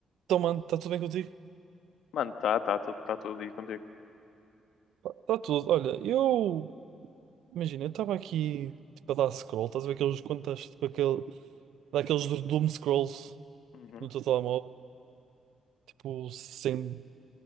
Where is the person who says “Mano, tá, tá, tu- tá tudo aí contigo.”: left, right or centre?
Left